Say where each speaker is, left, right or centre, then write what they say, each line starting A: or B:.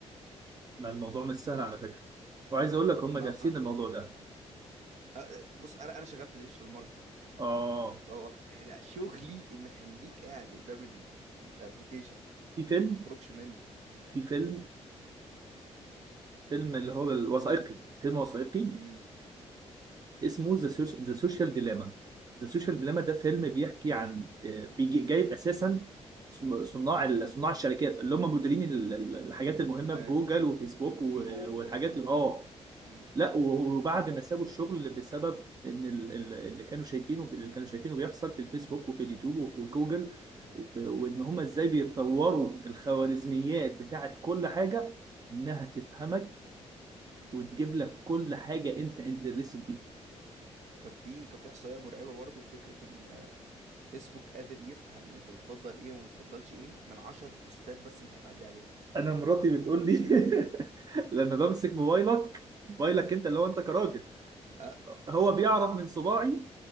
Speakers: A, on the right; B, on the right.
A: ما الموضوع مش سهل على فكره وعايز اقول لك هم
B: ما...
A: دارسين
B: أه، أه،
A: الموضوع ده
B: آه، بص انا انا شغال في ديجيتال ماركتنج
A: اه
B: فهو أنا شغلي ان اخليك قاعد قدام ال- الابليكيشن
A: في فيلم
B: ما تخرجش منه
A: في فيلم فيلم اللي هو الوثائقي فيلم وثائقي
B: امم
A: اسمه ذا ذا سوشيال ديلاما ذا سوشيال ديلاما ده فيلم بيحكي عن آه، بيجي جايب اساسا صناع ال- صناع الشركات اللي هم مديرين ال- ال- الحاجات المهمه
B: ايوه
A: في جوجل وفيسبوك
B: سي
A: و-
B: او بتوع
A: والحاجات اه
B: امم
A: لا وبعد ما سابوا الشغل بسبب ان ال- ال- اللي كانوا شايفينه اللي كانوا شايفينه بيحصل في الفيسبوك وفي اليوتيوب وفي جوجل وفي- وان هم ازاي بيتطوروا الخوارزميات بتاعت كل حاجه انها تفهمك وتجيب لك كل حاجه انت انترست بيها
B: كان في كان في احصائيه مرعبه برضو في فكره ان فيسبوك قادر يفهم انت بتفضل ايه وما بتفضلش ايه من 10 بوستات بس انت هتعدي عليهم
A: انا مراتي بتقول لي <laughs> لما بمسك موبايلك موبايلك انت اللي هو انت كراجل
B: أه.
A: هو بيعرف من صباعي